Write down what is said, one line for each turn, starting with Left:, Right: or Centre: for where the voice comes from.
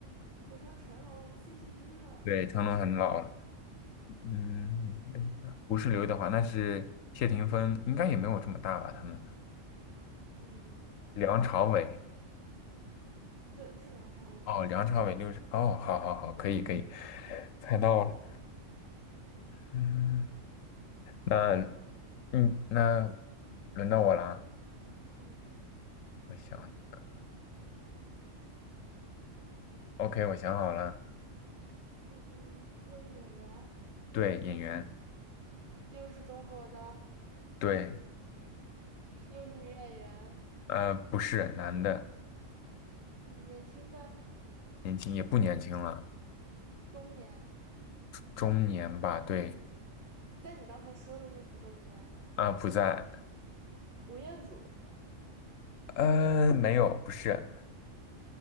Right: 我说成龙七十一了，
Left: 对，成龙很老了。嗯，不是刘德华，那是谢霆锋，应该也没有这么大吧？他们
Right: 没有吧？
Left: 梁朝伟，
Right: 对，是梁朝伟，
Left: 哦，梁朝伟六十，哦，好好好，可以可以，猜到了。嗯，那嗯，那轮到我啦，
Right: 嗯，
Left: 我想一个，OK，我想好了，
Right: 嗯，又是演员，
Left: 对，演员，
Right: 又是中国的，
Left: 对，
Right: 又是女演员。
Left: 呃，不是男的，
Right: 嗯，年轻的、
Left: 年轻也不年轻了，
Right: 中年，
Left: 中年吧，对，
Right: 在你刚才说的那几种里面吧，
Left: 啊、不在，
Right: 吴彦祖，
Left: 呃，没有，不是，